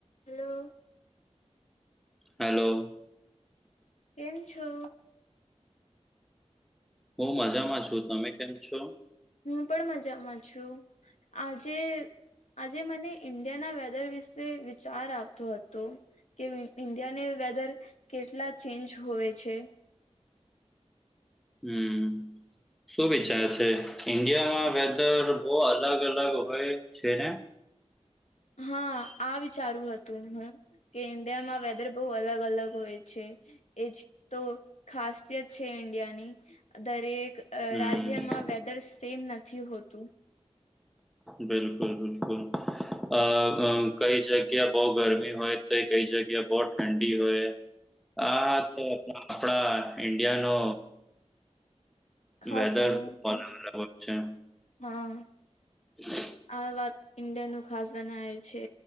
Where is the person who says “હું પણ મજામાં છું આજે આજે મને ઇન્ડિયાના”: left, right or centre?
Left